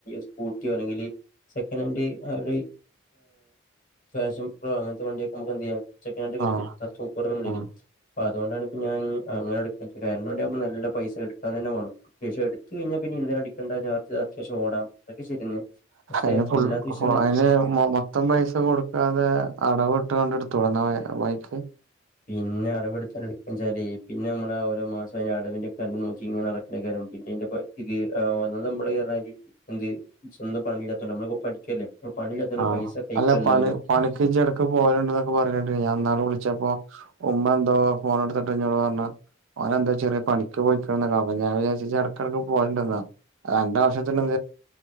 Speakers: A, on the left (about 40°); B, on the right (about 70°).
A: സ്കൂട്ടിയോ അല്ലെങ്കിൽ സെക്കനാൻറ്റ് അവര് ഫാഷൻ പ്രോ അങ്ങനത്തെ വണ്ടിയൊക്കെ നമുക്ക് എന്ത് ചെയ്യാം സെക്കൻനൻ്റ് കിട്ടും
B: ആഹ്
A: പത്തു മുപ്പതുനുള്ളിൽ
B: ആഹ്
A: അപ്പോ അതുകൊണ്ടാണ് ഇപ്പോ ഞാന് അങ്ങനെ എടുക്ക <unintelligible> നല്ല പൈസ എടുക്കാൻ തന്നെ വേണം പൈസ എടു എടുത്ത് കഴിഞ്ഞ പിന്നെ ഇന്ധനം അടിക്കണ്ട ചാർജ് അത്യാവശ്യം ഓടാം അതൊക്കെ ശരിയന്നെ പക്ഷെ
B: അന് ഫു
A: എല്ലാത്ത വിഷയങ്ങളും
B: അതിന് മൊത്തം പൈസ കൊടുക്കാതെ അടവ് എട്ടനടുത്തുണ്ട <unintelligible> ബൈക്ക്
A: പിന്നെ അടവെടു എടുക്കാരി പിന്നെ നമ്മള ഓരോ മാസം അടവിന്റെ ക നോക്കി ഇങ്ങെടക്കണാരം പിന്നെന്റെപ്പ ഇത് വന്ന നമ്മള് എന്ത് സ്വന്തം പണില്ലാത്ത നമ്മളി പഠിക്കല്ലേ പണിയില്ലാത്തോണ്ട്
B: ആഹ്
A: പൈസ കൈക്കലുണ്ടാവൂല
B: അല്ല പി പണി ഇടക്ക് പോവലുണ്ട എന്നൊക്കെ പറഞ്ഞ ഞാൻന്നാ വിളിച്ച പ്പോ ഉമ്മ എന്തോ പോണ എടുത്തോണ്ട് പറഞ്ഞ അവനെന്താ ചെറിയ പണിക്ക് പോയിക്ക ഞാൻ വിചാരിച്ച ഇടക്കിടക്ക് പോകേണ്ടന്നാ രണ്ടാം വർഷത്തിൽ